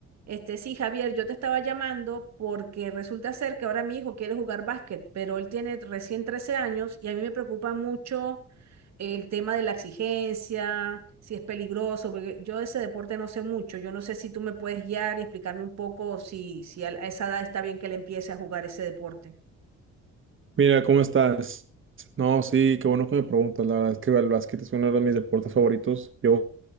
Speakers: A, on the right; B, on the right.
A: Este, sí, Javier, yo te estaba llamando porque resulta ser que ahora mi hijo quiere jugar básquet, pero él tiene recién 13 años y a mí me preocupa mucho el tema de la exigencia, si es peligroso, porque yo de ese deporte no sé mucho. Yo no sé si tú me puedes guiar y explicarme un poco si, si a a esa edad está bien que él empiece a jugar ese deporte.
B: Mira, ¿cómo estás? No, sí, qué bueno que me preguntas. La verdad es que el básquet es uno de mis deportes favoritos. Yo